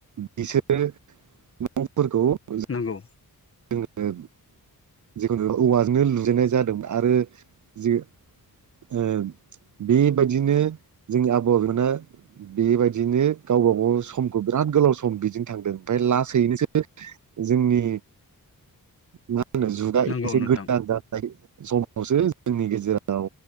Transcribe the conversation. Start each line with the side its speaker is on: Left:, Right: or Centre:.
Right: बिसोरो न' फोरखौ जों
Left: नंगौ
Right: जोङो जिखुनु औवाजोंनो लुजेनन्नाय जादोंमोन आरो जों ओ बेबायाददिनो जोंनि आबौ आबैमोना बेबायदिनो गावबा गाव समखौ बिराद गोलाव सम बिदि थांदों ओमफ्राय लासैनोसो जोंनि मा? जुगा
Left: नंगौ
Right: एसे
Left: नोंथां
Right: गोजा जाबाय समावसो जोंनि गेजेराव